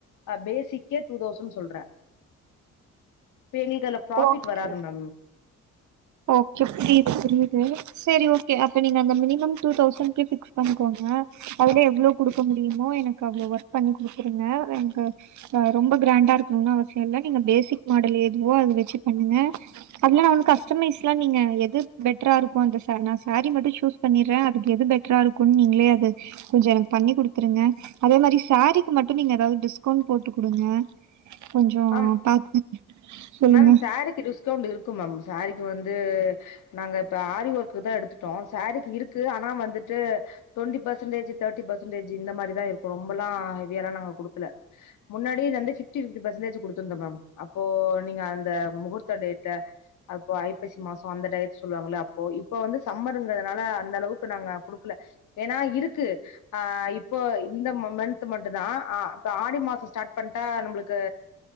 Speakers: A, on the left (about 75°); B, on the right (about 70°).
A: அ பேசிக்கே டூ தௌசண்ட் சொல்ற பே எங்லுக் அதுல பாஃபிட்
B: ஓகே.
A: வராது மேம்
B: ஓகே ஃப்ரீது புரியுது சேரி ஓகே அப்ப நீங்க அந்த மினிமம் டூ தௌசண்ட்கே பிக்ஸ் பண்ணிக்கோங்க அதுலே எவ்ளோ குடுக்க முடியுமோ எனக்கு அவ்ளோ ஒர்க் பண்ணி குடுக்குருங்க எனுக்கு அ ரொம்ப கிரண்டா இருக்குணுனு அவசியோல்ல நீங்க பேசிக் மாடல் எதுவோ அது வெச்சு பண்ணுங்க அப்பிலா நா ஒன்னு கஸ் ஸ்ட்டமைஸ்லா நீங்க எது பெட்ரா இருக்கு அந்த ச நா சாரி மட்டு சூஸ் பண்ணிர்ற அதுக்கு எது பெட் ட்ரா இருக்குனு நீங்களே அது கொஞ்சோ எனக்கு பண்ணி குடுத்துருங்க அதே மாரி சாரீக்கு மட்டு நீங்க எதாவது டிஸ்கவ்ண்ட் போட்டு குடுங்க கொஞ்சோ
A: ஆ
B: பாத்து சொல்லுங்க
A: மேம் சாரீக்கு டிஸ்கவுண்ட் இருக்கு மேம் சரிக்கு வந்து நாங்க இப்ப ஆரி ஒர்க் தா எடுத்துட்டோ சாரீக்கு இருக்கு ஆனா வந்துட்டு டுவெண்ட்டி பர்சன்டேஜ் த்தேட்டி பர்சன்டேஜ் இந்த மாரிதா இருக்கு ரொம்பல்லா ஹெவியாலா நாங்க குடுக்கல முன்னாடயேந்து பிஃப்டி பர்சன்டேஜ் குடுத்துருந்தோ மேம் அப்போ நீங்க அந்த முகூர்த்த டேட்ட அப்போ ஐப்பசி மாசோ அந்த டயத் சொல்லுவாங்கள அப்போ இப்ப வந்து சம்மர்ங்கதுனால அந்த அளவுக்கு நாங்க குடுக்கல ஏனா இருக்கு ஆ இப்போ இந்த மன்து மட்டுதா ஆடி மாசோ ஸ்டார்ட் பண்ட்டா நம்மளுக் க்கு